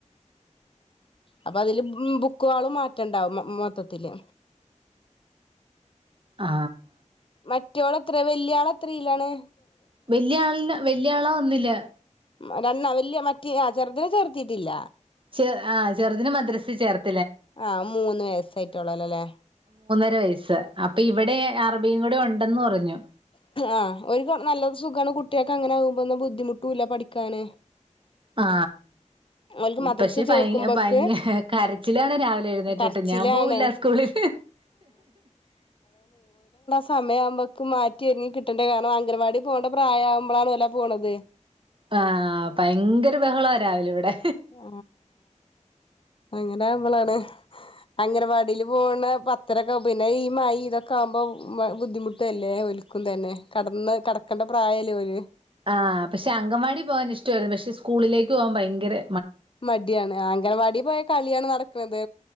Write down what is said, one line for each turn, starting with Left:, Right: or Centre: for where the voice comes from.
Left: അപ്പ അതില് ബ് മ് ബുക്കുകളും മാറ്റണ്ടാവും മൊ മൊത്തത്തില്
Right: ആ
Left: മറ്റോൾ എത്രേ വെല്ല്യാള് എത്രേലാണ്
Right: വെല്ല്യ ആളിൻ്റ വെല്ല്യാളാ ഒന്നിൽ ല്ല്യാ
Left: മൂ രാന് വല്ല്യ മറ്റി ആ ചെർതിനെ ചേർത്തിട്ടില്ല
Right: ചെ ആ ചെർതിനെ മദ്രസ് ചേർത്
Left: ആ മൂന്ന് വയസായിട്ടോള്ളല്ലോല്ലേ
Right: ണ്ട് വയസ് സ് അപ്പം ഇവിടെ അറബീ കൂടെ ഒണ്ടെന്ന് പറഞ്ഞു
Left: ആ ഒര്ക്ക്‌ നല്ല സുഖാണ് കുട്ടികക്കങ്ങനെ ആകുമ്പോന്ന ബുദ്ധിമുട്ടുല്ല പഠിക്കാന്
Right: ആ
Left: ഓൽക്ക് മദ്രസ
Right: പക്ഷെ
Left: ചേർക്കുമ്പോക്ക്
Right: ഭയ ഭയങ്ക കരച്ചിലാണ് രാവിലെ എഴുന്നേറ്റ്ട്ട്
Left: കരച്ചിലാണ്
Right: ഞാൻ പോവൂല്ല സ്കൂളില്
Left: സമയ ആവുമ്പേക്കും മാ റ്റി എനി കിട്ടേണ്ടേ കാരണം അംഗൻവാടി പോവണ്ട പ്രായവുമ്പോളാണ് അല്ലെ പോണത്
Right: ആ ഭയങ്കര ബഹള രാവിലെ ഇവിടെ
Left: ആ അങ്ങനെ ആകുമ്പോളാണ് അംഗനവാടില് പോണെ പത്തരൊക്കെആവും പിന്നെ ഈ മയേം ഇതൊക്കെ ആകുമ്പോ ബുദ്ധിമുട്ടല്ലേ ഓൽക്കും തന്നെ കടന്ന് കടക്കേണ്ട പ്രായല്ലേ ഓല്
Right: ആ പക്ഷെ അഗംവാടി പോവാൻ ഇഷ്ട്ടാരുന്നു പക്ഷെ സ്കൂളിലേക്ക് പോവാൻ ഭയങ്കെരെ
Left: മടിയാണ് അ ഗനവാടി പോയ കളിയാണ് നടക്കുണത്